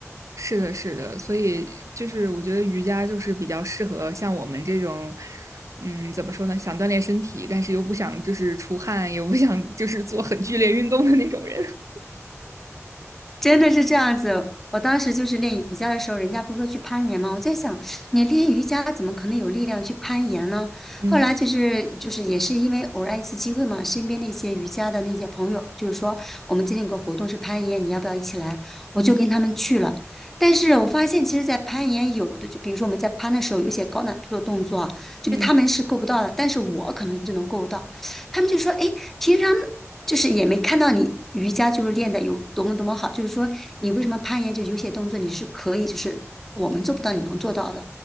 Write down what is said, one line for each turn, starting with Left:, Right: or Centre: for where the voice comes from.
Right: 是的，是的，所以就是我觉得瑜伽就是比较适合像我们这种，嗯，怎么说呢，想锻炼身体，但是又不想就是出汗，又不想就是做很剧烈运动的那种人。<laughs>
Centre: 真的是这样子。我当时就是练瑜伽的时候，人家不是说去攀岩吗？我在想，你练瑜伽怎么可能有力量去攀岩呢？
Right: 嗯
Centre: 后来就是就是也是因为偶然一次机会嘛，身边那些瑜伽的那些朋友，就是说我们今天有个活动是攀岩，你要不要一起来？我就跟他们去了。
Right: 嗯
Centre: 但是我发现，其实，在攀岩有的就比如说我们在攀的时候，有一些高难度的动作啊，就他们是够不到的，
Right: 嗯
Centre: 但是我可能就能够到。他们就说：“哎，平常。”就是也没看到你瑜伽就是练的有多么多么好，就是说你为什么攀岩就有些动作你是可以，就是我们做不到你能做到的。